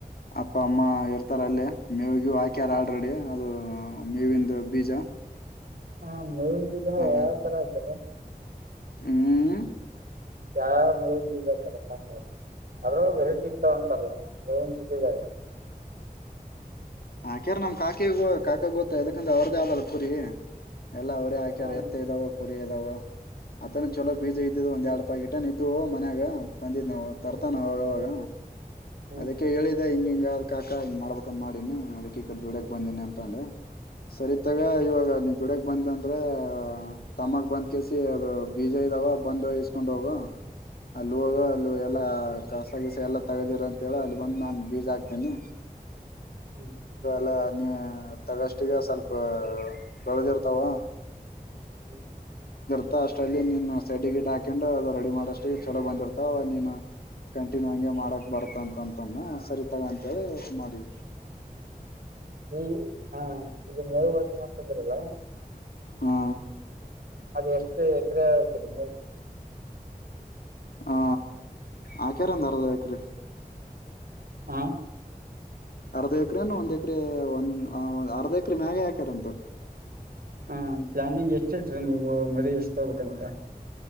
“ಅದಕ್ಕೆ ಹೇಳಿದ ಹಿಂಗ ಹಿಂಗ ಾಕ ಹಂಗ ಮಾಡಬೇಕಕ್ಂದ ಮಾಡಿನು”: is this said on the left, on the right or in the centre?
Left